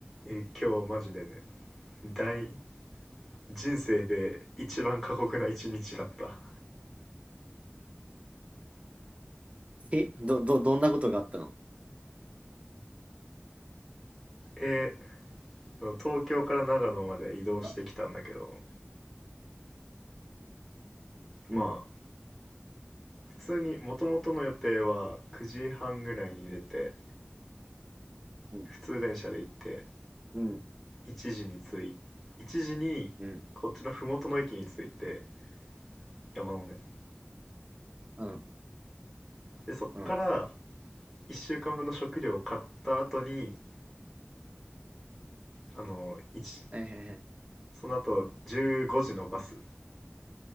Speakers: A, in the centre; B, on the right.
A: え今日マジでね大人生で一番過酷な一日だった
B: え、ど、ど、どんなことがあったの
A: えー東京から長野まで移動してきたんだけど
B: あ、うん、
A: まあ普通にもともとの予定は9時半ぐらいに出て
B: うん、
A: 普通電車で行って
B: うん、
A: 1時に着い1時にこっちの麓の駅に着いて
B: うん、
A: 山のね
B: うん、
A: でそっから
B: うん、
A: 1週間分の食料を買った後にあの1
B: はいはいはい、
A: その後15時のバス